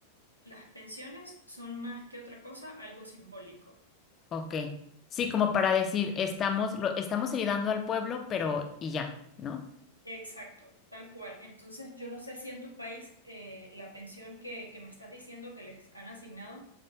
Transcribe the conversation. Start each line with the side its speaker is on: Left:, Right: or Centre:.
Right: las pensiones son más que otra cosa, algo simbólico.
Left: ok. Sí, como para decir, estamos, lo, estamos ayudando al pueblo, pero y ya, ¿no?
Right: Exacto, tal cual. Entonces, yo no sé si en tu país eh, la pensión que, que me estás diciendo que les han asignado